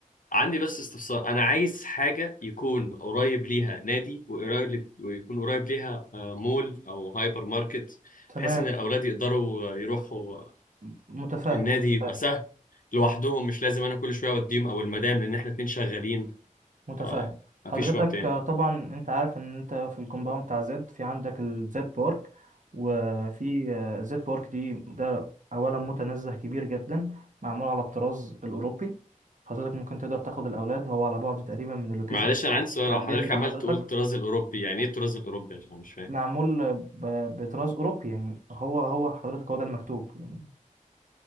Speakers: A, on the left (about 75°); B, on the right (about 65°).
A: عندي بس استفسار انا عايز حاجه يكون قريب ليها نادي وقريب ويكون قريب ليها آه، مول او هايبر ماركت
B: تمام
A: بحيث ان الاولاد يقدروا آه، يروحوا آه،
B: م- متفاهم
A: النادي
B: متفاهم
A: يبقى سهل لوحدهم مش لازم انا كل شويه اوديهم او المدام لان احنا اتنين شغالين
B: متفاهم
A: فمفيش
B: حضرتك
A: وقت يعني
B: آه، طبعا انت عارف ان انت في الكومباوند بتاع زد في عندك الزد بارك وفي آه، زد بارك دي ده اولا متنزه كبير جدا معمول على الطراز الاوروبي حضرتك ممكن تقدر تاخد الاولاد هو على بعد تقريبا من اللوكيشن
A: معلش
B: بتاع
A: انا عندي سؤال
B: بتاع
A: لو
B: البيت
A: حضرتك
B: بتاع
A: عمال
B: حضرتك
A: تقول الطراز الاوروبي يعني ايه الطراز الاوروبي يعني انا مش فاهم
B: معمول آه، ب- بطراز اوروبي يعني هو هو حضرتك هو ده المكتوب يعني